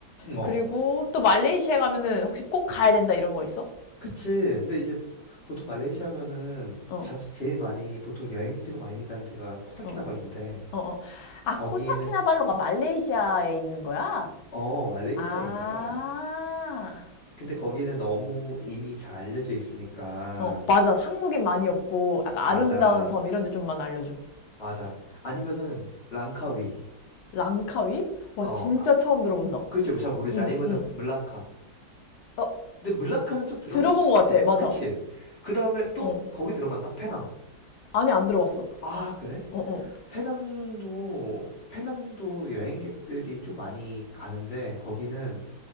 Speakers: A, on the left; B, on the left.
A: 응,
B: 그리고
A: 어,
B: 또 말레이시아 가면은 혹시 꼭 가야 된다 이런 거 있어?
A: 그치. 근데 이제 보통 말레이시아면은
B: 어,
A: 자주 제일 많이 보통 여행지로 많이 가는 데가 코타키나발루인데
B: 어, 어, 어. 아,
A: 거기는
B: 코타키나발루가 말레이시아에 있는 거야?
A: 어, 말레이시아에
B: 아.
A: 있는 거야. 근데 거기는 너무 이미 잘 알려져 있으니까
B: 어, 맞아. 한국인 많이 없고 약간
A: 맞아,
B: 아름다운 섬 이런 데 좀만 알려줘.
A: 맞아. 아니면은 랑카위.
B: 랑카위? 와
A: 어,
B: 진짜
A: 아,
B: 처음 들어본다.
A: 그치, 잘 모르지.
B: 응,
A: 아니면은
B: 응.
A: 물라카.
B: 어,
A: 근데 물라카는 좀 들어봤을,
B: 들어본 것 같아. 맞아.
A: 그치. 그 다음에 또
B: 어.
A: 거기 들어봤나? 페낭.
B: 아니 안 들어봤어.
A: 아, 그래?
B: 어, 어.
A: 페낭도, 페낭도 여행객들이 좀 많이 가는데 거기는